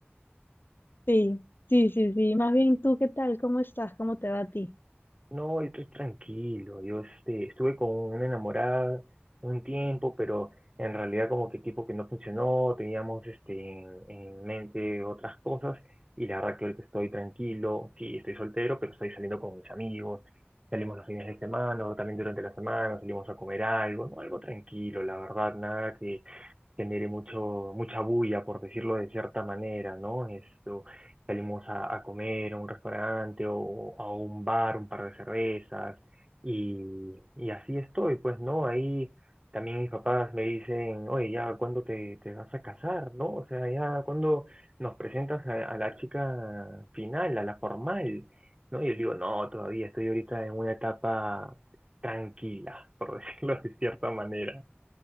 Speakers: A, on the left; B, on the right.
A: Sí, sí, sí, sí. Más bien, ¿tú qué tal? ¿Cómo estás? ¿Cómo te va a ti?
B: No, yo estoy tranquilo. Yo este, estuve con una enamorada un tiempo, pero en realidad como que tipo que no funcionó, teníamos este, en, en mente otras cosas y la verdad que ahorita estoy tranquilo. Sí, estoy soltero, pero estoy saliendo con mis amigos. Salimos los fines de semana o también durante la semana, salimos a comer algo, ¿no? Algo tranquilo, la verdad, nada que, genere mucho, mucha bulla, por decirlo de cierta manera, ¿no? Esto, salimos a, a comer a un restaurante o a un bar, un par de cervezas, y, y así estoy, pues, ¿no? Ahí también mis papás me dicen, oye, ya, ¿cuándo te, te vas a casar, ¿no? O sea, ya, ¿cuándo nos presentas a, a la chica final, a la formal, ¿no? Y yo digo, no, todavía estoy ahorita en una etapa tranquila, <laughs> por decirlo de cierta manera.